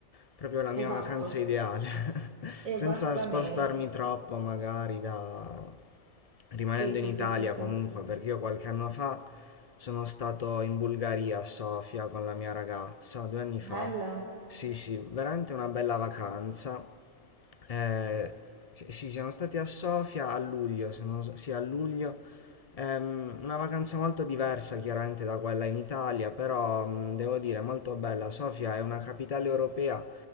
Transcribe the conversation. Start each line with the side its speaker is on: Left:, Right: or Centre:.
Left: proprio la mia
Right: Esatto,
Left: vacanza ideale, <laughs>
Right: esattamente.
Left: senza spostarmi troppo magari da... rimanendo
Right: Sì, sì,
Left: in Italia
Right: sì, sì, sì.
Left: comunque, perché io qualche anno fa sono stato in Bulgaria a Sofia con la mia ragazza, due anni fa.
Right: Bella,
Left: Sì, sì, veramente una bella vacanza. Eh, sì, sì, siamo stati a Sofia a luglio, se non, s- sì, a luglio. Ehm, una vacanza molto diversa chiaramente da quella in Italia, però mm, devo dire molto bella. Sofia è una capitale europea